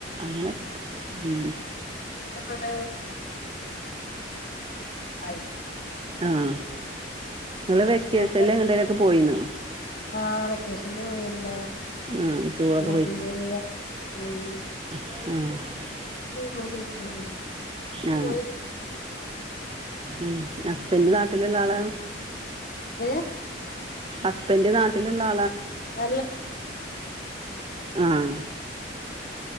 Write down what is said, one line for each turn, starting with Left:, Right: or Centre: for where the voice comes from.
Right: അങ്ങനപ് ഇമ്
Left: പ്പ ആയിക്ക
Right: ആഹ നിങ്ങള് വെക്കേഷൽ
Left: ഞങ്ങ
Right: എങ്ങൊക്കെ പോയിരുന്നു
Left: ആ വെക്കേഷ എല്ല
Right: ഉം ടൂറൊക്കെ
Left: ഉട്ടി പോയി പോയി
Right: ഉഹ
Left: മ മമ്മി
Right: ആ
Left: യ
Right: ഉം ഹസ്ബന്റ് നാട്ടിലള്ള ആള്
Left: ഏ
Right: അപ്പന്റെ നാട്ടിലെല്ലാ
Left: ന
Right: ആഹ